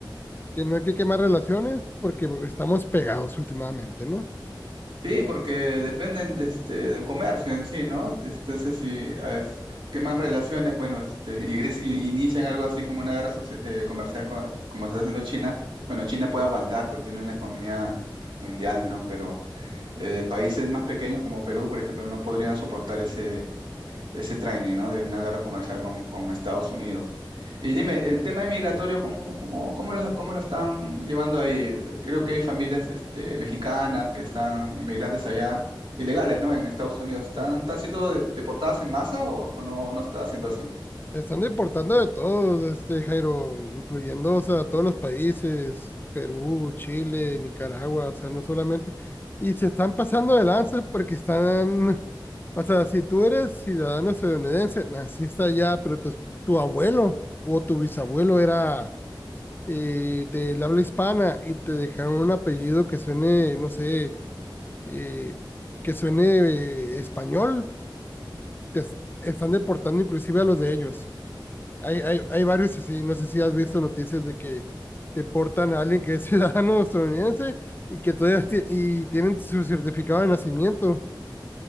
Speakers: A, on the left; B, on the right.
A: que no hay que quemar relaciones porque estamos pegados últimamente, ¿no?
B: Sí, porque dependen de este, del comercio en sí, ¿no? Entonces, si ah, es- queman relaciones, bueno, este, <laughs> y gris- y- inician algo así como una guerra soci- eh, comercial co- como está haciendo China, bueno, China puede aguantar porque tiene una economía mundial, ¿no? Pero eh, países más pequeños como Perú, por ejemplo, no podrían soportar ese, ese training, ¿no? De una guerra comercial con, con Estados Unidos. Y dime, el tema inmigratorio, ¿cómo, cómo, cómo la, cómo la están llevando ahí? Creo que hay familias, este, mexicanas que están inmigrantes allá, ilegales, ¿no? En Estados Unidos. ¿Están, están siendo de- deportadas en masa o, o no, no está siendo así?
A: Están deportando de todos, este Jairo, incluyendo, o sea, todos los países, Perú, Chile, Nicaragua, o sea, no solamente. Y se están pasando de lanza porque están, o sea, si tú eres ciudadano estadounidense, naciste allá, pero tu, tu abuelo o tu bisabuelo era eh, del habla hispana y te dejaron un apellido que suene, no sé, eh, que suene eh, español, te es- están deportando inclusive a los de ellos. Hay, hay, hay varios así, no sé si has visto noticias de que deportan a alguien que es <laughs> ciudadano estadounidense y que todavía tie- y tienen su certificado de nacimiento,